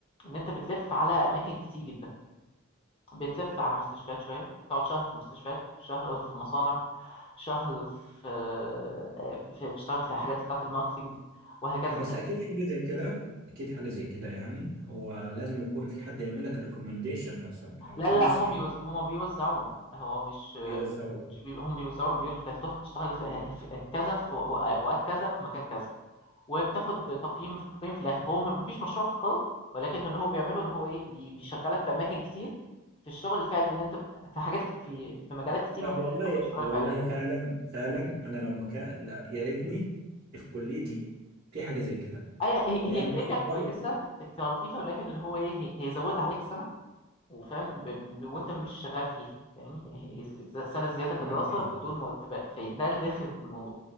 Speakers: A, on the left (about 25°); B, on the right (about 45°).
A: ان انت بتلف على اماكن كتير جدا بتلف على المستشفيات شوية بتقعد شهر في مستشفيات شهر في مصانع شهر في, آه، في بتشتغل في حاجات بتاعة الماركتينج وهكذا
B: بس
A: في
B: اكيد حاجه زي كده اكيد حاجه زي كده يعني هو لازم يكون في حد يعمل لك ريكومنديشن مثلا او
A: لا لا
B: توصيه
A: لا، هما بيوز... هما بيوزعونا هو مش
B: يوزعوه
A: مش بي... هم بيوزعوك بيقولك انت هتروح تشتغل في... في كذا في وقت كذا في مكان كذا وبتاخد تقييم في التقييم في الاخر هو م- مفيش مشروع تخرج ولكن اللي هو بيعمله ان هو ايه بي... بيشغلك في اماكن كتير في الشغل الفعلي ان انت في حاجات ك- في في مجالات كتير
B: طب
A: من الحاجات
B: والله
A: اللي انت ممكن تشتغل
B: والله
A: فعليا
B: فعلا فعلا انا لو مكان لا يا ريتني في كليتي في حاجه زي كده
A: ايوه هي
B: لان
A: هي فكره
B: إحنا
A: كويسه
B: برضه
A: كلطيفه ولكن اللي هو ايه هي- هيزودها عليك سنه وفاهم ب... ب... وانت مش شغال فيها فاهمني يعني هي ز- ز- سنه زياده كدراسه
B: إحنا-
A: بدون مرتبات فده اللي رخم في الموضوع